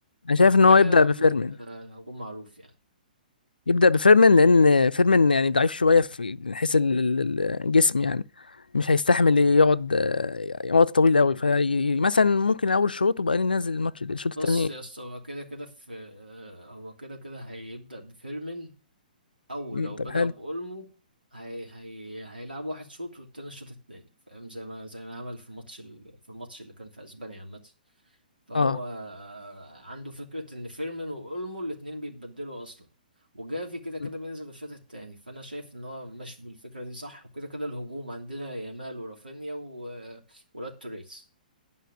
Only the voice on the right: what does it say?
وكده
كده
الهجوم
آه، الهجوم معروف يعني
بص يا اسطى هو كده كده في آه، هو كده كده هيبدأ بفيرمين او
لو
بدأ
بأولمو هي هي هيلعب واحد شوط والتاني الشوط التاني فاهم زي ما زي ما عمل في الماتش ال- في الماتش اللي كان في اسبانيا عامة فهو
آه، عنده فكرة ان فيرمين وأولمو الاتنين بيتبدلوا اصلا وجافي كده كده
بينزل الشوط التاني فانا شايف ان هو ماشي بالفكرة دي صح وكده كده الهجوم عندنا يامال ورافينيا و... آه، ولاد توريس